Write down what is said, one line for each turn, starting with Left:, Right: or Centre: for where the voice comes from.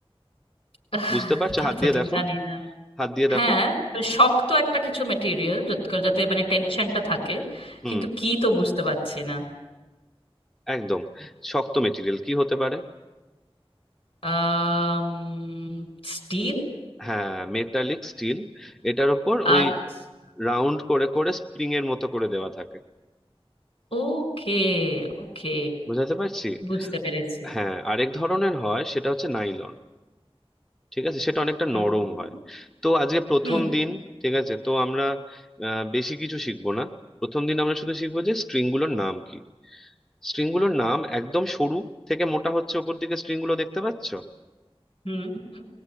Left: <laughs>
Centre: বুঝতে পারছো
Left: তা
Centre: হাত
Left: তো
Centre: দিয়ে
Left: ঠিক
Centre: দেখো
Left: জানি না
Centre: হাত দিয়ে
Left: হ্যাঁ
Centre: দেখো
Left: মানে শক্ত একটা কিছু মেটেরিয়াল যাতে মানে টেনশনটা থাকে
Centre: হুম
Left: কিন্তু কি তো বুঝতে পারছি না
Centre: একদম শক্ত মেটেরিয়াল কি হতে পারে
Left: আম স্টিল
Centre: হ্যাঁ মেটালিক স্টিল এটার ওপর ওই
Left: আচ্ছা
Centre: রাউন্ড করে করে স্প্রিং এর মতো করে দেওয়া থাকে
Left: ওকে ওকে
Centre: বুঝাতে পারছি
Left: বুঝতে পেরেছি
Centre: হ্যাঁ আরেক ধরনের হয় সেটা হচ্ছে নাইলন ঠিক আছে সেটা অনেকটা
Left: হুম
Centre: নরম
Left: হুম
Centre: হয় তো আজকে প্রথম
Left: হুম
Centre: দিন ঠিক আছে তো আমরা আহ, বেশি কিছু শিখবো না প্রথম দিন আমরা শুধু শিখবো যে স্ট্রিংগুলোর নাম কি স্ট্রিংগুলোর নাম একদম সরু থেকে মোটা হচ্ছে ওপর দিকে স্ট্রিংগুলো দেখতে পাচ্ছ
Left: হুম, হুম।